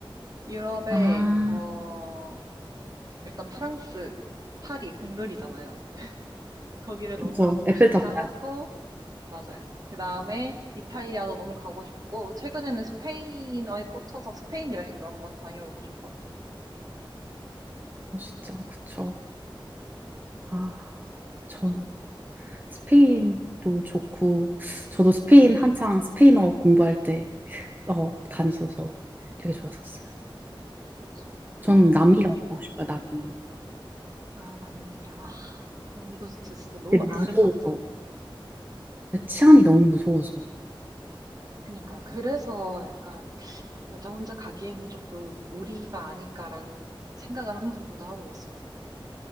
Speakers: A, on the right (about 45°); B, on the right (about 20°).
A: 유럽에
B: 아,
A: 어 일단 프랑스 파리 국룰이잖아요. 거기를 너무
B: 그쵸.
A: 가보고
B: 에펠탑
A: 싶기도 하고
B: 봐야죠,
A: 맞아요. 그 다음에 이탈리아도 너무 가고 싶고 최근에는 스페인어에 꽂혀서 스페인 여행도 한번 다녀오고 싶어요.
B: 진짜. 그쵸. 아, 저. 스페인도 좋고, 저도 스페인 한창 스페인어 공부할 때 어, 다녔어서 되게 좋았었어요.
A: 그쵸?
B: 저는
A: 아
B: 남미 가고 싶어요, 남미.
A: 아, 남미. 아, 남미도 진짜, 진짜 너무
B: 근데
A: 아름답잖아요.
B: 무서워서. 치안이 너무 무서워서.
A: 그니까요. 그래서 약간 여자 혼자 가기에는 조금 무리가 아닐까라는 생각을 항상 저도 하고 있어요.